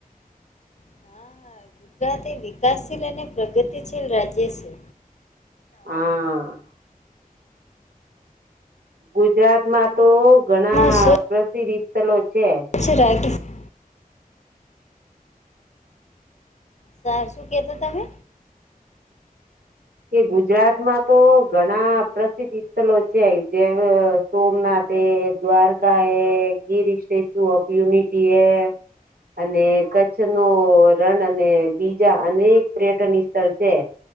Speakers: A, on the left (about 50°); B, on the right (about 90°).
A: <unintelligible> ગુજરાત એ વિકાસશીલ અને પ્રગતિશીલ રાજ્ય છે.
B: હા ગુજરાતમાં તો ઘણા
A: સ્વચ્છ
B: પ્રસિદ્ધ સ્થળ છે.
A: <unintelligible> સરાર શું કહેતો તમે?
B: કે ગુજરાતમાં તો ઘણા પ્રસિદ્ધ સ્થલો છે જે સોમનાથ એ, દ્વારકા એ, ગીર, સ્ટેચ્યુ ઓફ યુનિટી હૈ. અને કચ્છનો રણ અને બીજા અનેક પર્યટન સ્થળ છે.